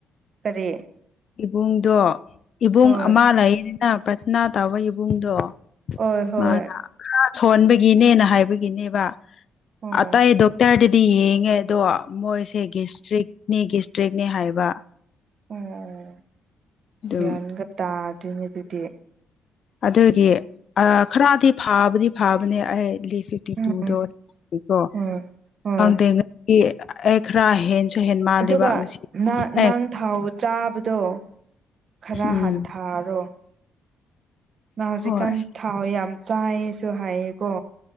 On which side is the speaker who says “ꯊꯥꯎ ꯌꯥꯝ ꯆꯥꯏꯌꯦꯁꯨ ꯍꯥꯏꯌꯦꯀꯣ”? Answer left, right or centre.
Right